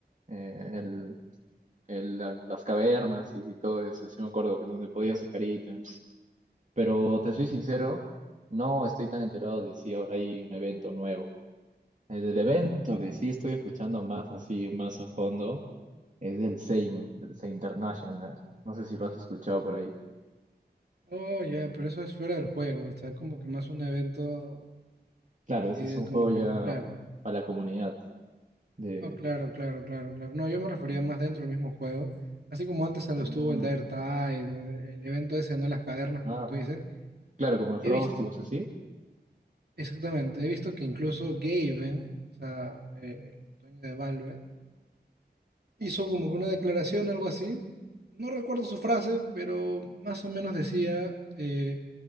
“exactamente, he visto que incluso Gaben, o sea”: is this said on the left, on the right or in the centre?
Right